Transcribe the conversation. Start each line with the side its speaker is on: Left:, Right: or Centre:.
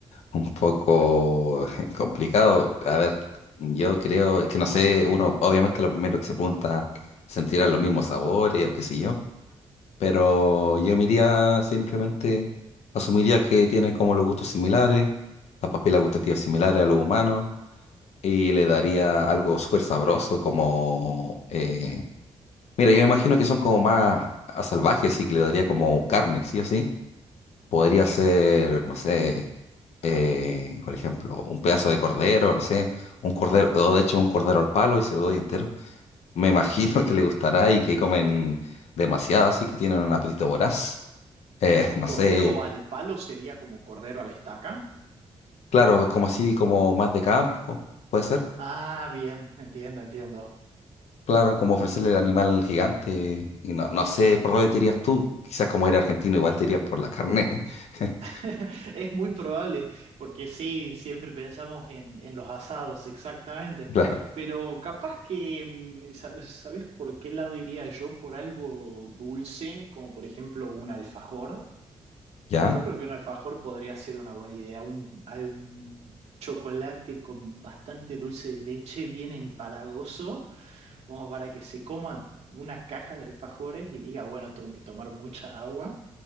Left: un poco <laughs> complicado. A ver, yo creo, es que no sé, uno obviamente lo primero que se pregunta, ¿sentirán los mismos sabores o qué sé yo? Pero yo me iría simplemente, asumiría que tienen como los gustos similares, las papilas gustativas similares a los humanos y le daría algo súper sabroso como... eh, mira, yo me imagino que son como más a salvajes, así que le daría como carne, sí o sí. Podría ser, no sé, eh, por ejemplo, un pedazo de cordero, no sé, un cordero, o de hecho un cordero al palo y se lo doy entero. Me imagino que le gustará y que comen demasiado, así que tienen un apetito voraz. Eh, <laughs> no
Right: ¿Cordero
Left: sé,
Right: al palo sería como cordero a la estaca?
Left: claro, como así, como más de campo, puede ser.
Right: Ah, bien, entiendo, entiendo.
Left: Claro, como ofrecerle el animal gigante. Y no, no sé por dónde te irías tú. Quizás como era argentino, igual te irías por la carne. <laughs>
Right: <laughs> Es muy probable, porque sí, siempre pensamos en, en los asados, exactamente.
Left: La-
Right: Pero capaz que, mm, sa- ¿sabes por qué lado iría yo? Por algo dulce, como por ejemplo un alfajor.
Left: ¿ya?
Right: Yo creo que un alfajor podría ser una buena idea, un, algún chocolate con bastante dulce de leche, bien empalagoso, como para que se coman una caja de alfajores y diga, bueno, tengo que tomar mucha agua.